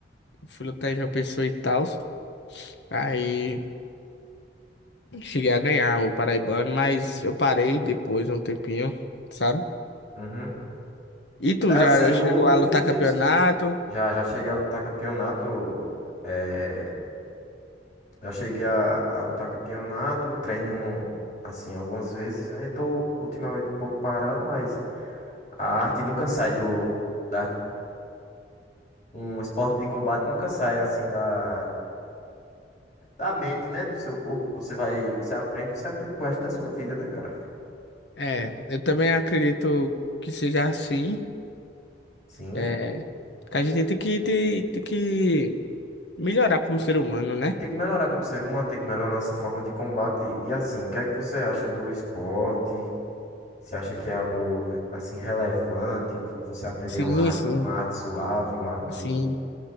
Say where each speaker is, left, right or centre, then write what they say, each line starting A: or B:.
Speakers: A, on the left; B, on the left.
A: Fui lutar em João Pessoa e tal. Aí cheguei a ganhar o paraibano, mas eu parei depois, um tempinho, sabe?
B: Uhum.
A: E tu
B: É
A: já
B: Assim,
A: já
B: o,
A: chegou a lutar
B: o jiu-jitsu.
A: campeonato?
B: Já, já cheguei a lutar campeonato. É, já cheguei a, a lutar campeonato. Treino, assim, algumas vezes, né? Tô ultimamente um pouco parado, mas. A arte nunca sai do. Da, um esporte de combate nunca sai assim da, da mente, né? Do seu corpo. Você vai. Você aprende, você aprende pro resto da sua vida, né, cara?
A: É, eu também acredito que seja assim.
B: Sim.
A: É, que a gente tem que, tem, tem que melhorar como ser humano, né?
B: E tem que melhorar como ser humano, tem que melhorar nossa forma de combate. E assim, o que é que você acha do esporte? Você acha que é algo assim relevante? que Você aprender
A: Sim,
B: uma arte,
A: sim,
B: uma arte suave, uma arte
A: sim.